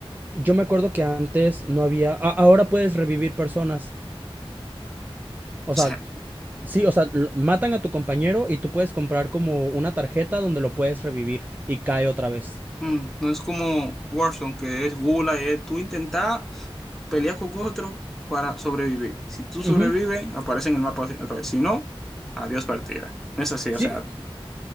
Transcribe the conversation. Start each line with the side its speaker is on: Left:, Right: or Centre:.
Right: yo me acuerdo que antes no había. a- ahora puedes revivir personas. O
Centre: O
Right: sea,
Centre: sea,
Right: Sí, o sea, l- matan a tu compañero y tú puedes comprar como una tarjeta donde lo puedes revivir y cae otra vez.
Centre: Mm, no es como Warzone, que es gula y es tú intentar pelear con otro para sobrevivir. Si tú sobrevives,
Right: Ujú.
Centre: aparece en el mapa otra vez. Si no, adiós partida. No es así,
Right: Sí,
Centre: o sea,